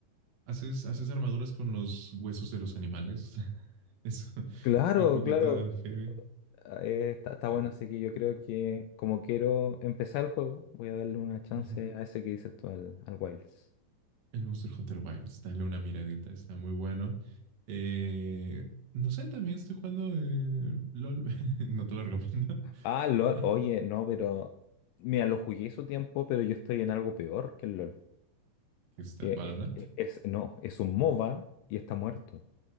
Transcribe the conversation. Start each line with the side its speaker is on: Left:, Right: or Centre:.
Right: ¿haces, haces armaduras con los huesos de los animales? <laughs> Eso,
Left: Claro,
Right: un poquito
Left: claro,
Right: heavy.
Left: ah, eh, está, está
Right: Eh,
Left: bueno, así que yo creo que como quiero empezar el juego, voy a darle una chance
Right: ujú.
Left: a ese que dices tú, al, al Wilds.
Right: El Monster Hunter Wilds, dale una miradita, está muy bueno. Eh, no sé, también estoy jugando eh, LOL, <laughs> no te lo recomiendo.
Left: Ah, LOL,
Right: <laughs>
Left: oye, no, pero. Mira, lo jugué su tiempo, pero yo estoy en algo peor que el LOL.
Right: ¿Qué está?
Left: Que
Right: ¿Valorant?
Left: es, es- no, es un MOBA y está muerto.